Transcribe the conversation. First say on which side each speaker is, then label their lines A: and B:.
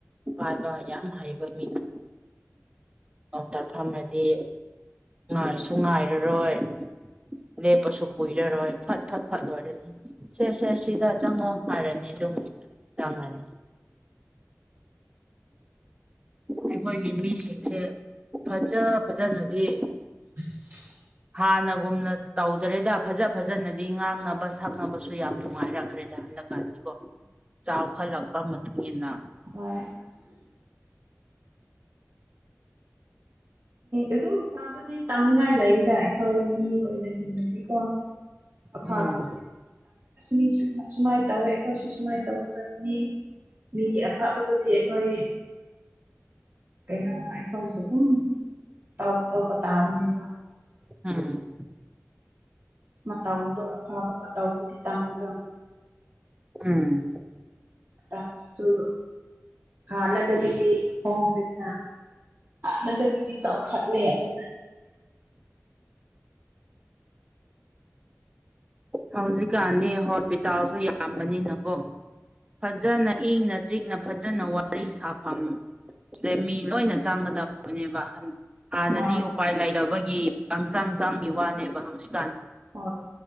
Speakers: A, on the right; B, on the right.
A: ꯄꯥꯏꯕ ꯌꯥꯝ ꯍꯩꯕ ꯃꯤꯅ ꯑꯗꯨꯣꯝꯇꯐꯝꯝꯃꯗꯤ ꯉꯥꯏꯁꯨ ꯉꯥꯏꯔꯔꯣꯏ ꯂꯦꯞꯄꯁꯨ ꯀꯨꯏꯔꯔꯣꯏ ꯐꯠ ꯐꯠ ꯐꯠ ꯂꯣꯏꯔꯅꯤ ꯁꯦ ꯁꯦ ꯁꯤꯗ ꯆꯪꯉꯣ ꯐꯔꯅꯤ ꯑꯗꯨꯝ ꯆꯪꯉꯅꯤ ꯑꯩꯈꯣꯏꯒꯤ ꯃꯤꯁꯤꯡꯁꯦ ꯐꯖ ꯐꯖꯅꯗꯤ
B: ꯎꯝ
A: ꯍꯥꯟꯅꯒꯨꯝꯅ ꯇꯧꯗ꯭ꯔꯦꯗ ꯐꯖ ꯐꯖꯅꯗꯤ ꯉꯥꯡꯅꯕ ꯁꯛꯅꯕꯁꯨ ꯌꯥꯝ ꯅꯨꯡꯉꯥꯏꯔꯛꯈ꯭ꯔꯦꯗ ꯍꯟꯗꯛ ꯣ ꯆꯥꯎꯈꯠꯂꯛꯄ ꯃꯇꯨꯡ ꯏꯟꯅ
B: ꯍ ꯑꯗꯨꯝ ꯐꯥꯕꯗꯤ ꯇꯝꯅꯤꯡꯉꯥꯏ ꯂꯩꯗ ꯑꯩꯈꯣꯏ ꯃꯤ ꯑꯣꯏꯅ ꯍꯤꯡꯅꯗꯤꯀꯣ ꯑ
A: ꯎꯝ
B: ꯑꯗꯨ ꯃꯤꯁꯨ ꯁꯨꯃꯥꯏꯅ ꯇꯧꯋꯦ ꯑꯩꯈꯣꯏꯁꯨ ꯁꯨꯃꯥꯏꯅ ꯇꯧꯗꯕꯅꯤ ꯃꯤ ꯀ ꯑꯐꯕꯗꯨꯗꯤ ꯑꯩꯈꯣꯏ ꯀꯩꯅ ꯑꯩꯈꯣꯏꯊ ꯇꯧ ꯇꯧꯀ ꯇꯥꯕꯅꯦꯕ
A: ꯑꯝ
B: ꯃꯇꯥꯎꯗꯣ ꯑꯐꯕ ꯃꯇꯥꯎꯗꯨꯗꯤ ꯇꯝꯒ
A: ꯎꯝ
B: ꯑꯁꯨ ꯍꯅꯗꯒꯔꯤ ꯍꯣꯡ꯭ꯔꯗꯅꯅꯗ ꯑꯩꯗꯤ ꯆꯥꯎꯈꯠꯂꯦ ꯑꯗꯨꯅꯅ
A: ꯍꯧꯖꯤꯛꯀꯥꯟꯗꯤ ꯍꯣꯁꯄꯤꯇꯥꯜꯁꯨ ꯌꯥꯝꯕꯅꯤꯅꯀꯣ ꯐꯖꯅ ꯏꯪꯅ ꯆꯤꯛꯅ ꯐꯖꯅ ꯋꯥꯔꯤ ꯁꯥꯐꯝ ꯁꯤꯦ ꯃꯤ ꯂꯣꯏꯅ ꯆꯥꯡꯒꯗꯕꯅꯦꯕ ꯍꯥꯟꯅꯗꯤ
B: ꯑ
A: ꯎꯄꯥꯏ ꯂꯩꯇꯕꯒꯤ ꯍꯛꯆꯥꯡ ꯆꯥꯡꯒꯤ ꯋꯥꯅꯦꯕ ꯍꯧꯖꯤꯛ
B: ꯍꯣꯏ